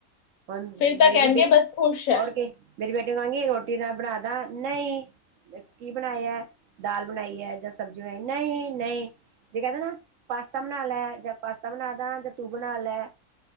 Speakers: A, on the right; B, on the left.
A: ਹੁਣ
B: ਫਿਰ ਤਾਂ
A: ਮੇਰੀ
B: ਕਹਿਣਗੇ
A: ਬੇ
B: ਬਸ ਖੁਸ਼ ਹੈ
A: ਹੋਰ ਕੇ ਮੇਰੀ ਬੇਟੀ ਨੂੰ ਕਹਾਂਗੀ ਰੋਟੀ ਨਾ ਬਣਾਦਾ ਨਹੀਂ ਕੀ ਬਣਾਇਐ ਦਾਲ ਬਣਾਈ ਐ ਜਾਂ ਸਬਜ਼ੀ ਬਣਾਈ ਨਹੀਂ ਨਹੀਂ ਜੇ ਕਹਦੇ ਨਾ ਪਾਸਤਾ ਬਣਾ ਲੈ ਜਾਂ ਪਾਸਤਾ ਬਣਾਂਦਾ ਜਾਂ ਤੂੰ ਬਣਾ ਲੈ